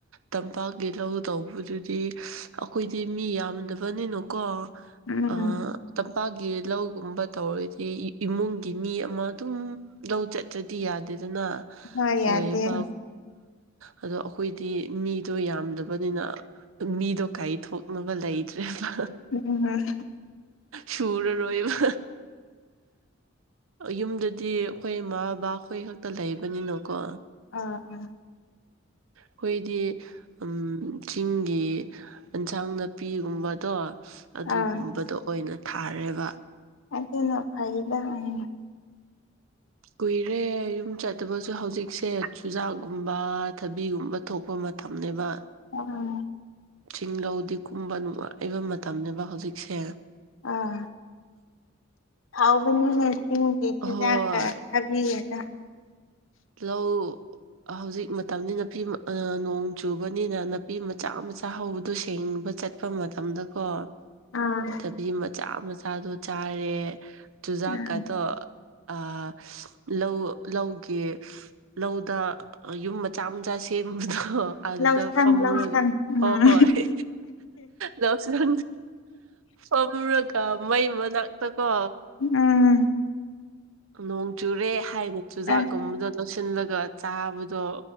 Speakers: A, on the right (about 90°); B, on the left (about 75°).
A: ꯇꯝꯄꯥꯛꯀꯤ ꯂꯧ ꯇꯧꯕꯗꯨꯗꯤ ꯑꯩꯈꯣꯏꯗꯤ ꯃꯤ ꯌꯥꯝꯅ ꯅꯤꯅꯨꯀꯣ
B: ꯎꯝ
A: ꯑ ꯇꯝꯄꯥꯛꯀꯤ ꯂꯧꯒꯨꯝꯕ ꯇꯧꯔꯒꯗꯤ ꯏꯃꯨꯡꯒꯤ ꯃꯤ ꯑꯃ ꯑꯗꯨꯝ ꯂꯧ ꯆꯠꯇ꯭ꯔꯗꯤ ꯌꯥꯗꯦꯗꯅ
B: ꯍꯣꯏ
A: ꯈꯣꯏꯕ
B: ꯌꯥꯗꯦ
A: ꯑꯗꯣ ꯑꯩꯈꯣꯏꯗꯤ ꯃꯤꯗꯣ ꯌꯥꯝꯗꯕꯅꯤꯅ ꯃꯤꯗꯣ ꯀꯥꯏꯊꯣꯛꯅꯕ ꯂꯩꯇ꯭ꯔꯦꯕ
B: ꯎꯝ
A: ꯁꯨꯔ ꯔꯣꯏꯕ ꯌꯨꯝꯗꯗꯤ ꯑꯩꯈꯣꯏ ꯏꯃꯥ ꯕꯕꯥ ꯑꯩꯈꯣꯏ ꯈꯛꯇ ꯂꯩꯕꯅꯤꯅꯀꯣ
B: ꯑꯥ ꯑꯥ
A: ꯑꯩꯈꯣꯏꯗꯤ ꯎ ꯆꯤꯡꯒꯤ ꯑꯦꯟꯁꯥꯡ ꯅꯥꯄꯤꯒꯨꯝꯕꯗꯣ ꯑꯗꯨꯒꯨꯝꯕꯗꯣ
B: ꯑꯥ
A: ꯑꯣꯏꯅ ꯊꯥꯔꯦꯕ
B: ꯑꯗꯨꯅ ꯐꯥꯏꯗ ꯑꯣꯏꯅ ꯑꯣꯏꯅ
A: ꯀꯨꯏꯔꯦ ꯌꯨꯝ ꯆꯠ ꯑꯗꯨꯕꯨꯁꯨ ꯍꯧꯖꯤꯛꯁꯦ ꯆꯨꯖꯥꯛꯒꯨꯝꯕ ꯊꯕꯤꯒꯨꯝꯕ ꯊꯣꯛꯄ ꯃꯇꯝꯅꯦꯕ
B: ꯎꯝ
A: ꯆꯤꯂꯧꯗꯤ ꯀꯨꯝꯕ ꯅꯨꯡꯉꯥꯏꯕ ꯃꯇꯝꯅꯦꯕ ꯍꯧꯖꯤꯛꯁꯦ
B: ꯑꯥ ꯍꯥꯎꯕꯅꯤꯅꯁꯤꯡꯒꯤꯤꯟꯒꯤ ꯆꯤꯟꯖꯥꯛꯀ
A: ꯍꯣꯏ
B: ꯊꯥꯕꯤꯔꯒ
A: ꯂꯧ ꯍꯧꯖꯤꯛ ꯃꯇꯝꯅꯤ ꯅꯥꯄꯤ ꯅꯣꯡ ꯆꯨꯕꯅꯤꯅ ꯊꯕꯤ ꯃꯆꯥ ꯃꯆꯥ ꯍꯧꯕꯗꯣ ꯁꯦꯡꯕ ꯆꯠꯄ ꯃꯇꯝꯗꯀꯣ
B: ꯑꯥ
A: ꯗꯕꯤ ꯆꯥ ꯃꯆꯥꯗꯣ ꯆꯥꯔꯦ ꯆꯨꯖꯥꯛꯀꯗꯣ
B: ꯑꯥ
A: ꯑ ꯂꯧ ꯂꯧꯒꯦ ꯂꯧꯗ ꯌꯨꯝ ꯃꯆꯥ ꯃꯆꯥ ꯁꯦꯝꯕꯗꯣ ꯑꯗꯨꯗ
B: ꯂꯧꯁꯪ
A: ꯐꯝꯨꯔꯒ
B: ꯂꯧꯁꯪ ꯎꯝ
A: ꯍꯣꯏ ꯍꯣꯏ ꯂꯧꯁꯤꯅ ꯀꯝ꯭ꯔꯒ ꯃꯩ ꯃꯅꯥꯛꯇꯀꯣ
B: ꯎꯝ
A: ꯅꯣꯡ ꯆꯨꯔꯦ ꯍꯥꯏꯅ ꯆꯨꯖꯥꯛꯒꯨꯝꯕꯗ
B: ꯑꯁ
A: ꯂꯣꯁꯤꯜꯂꯒ ꯆꯥꯕꯗꯣ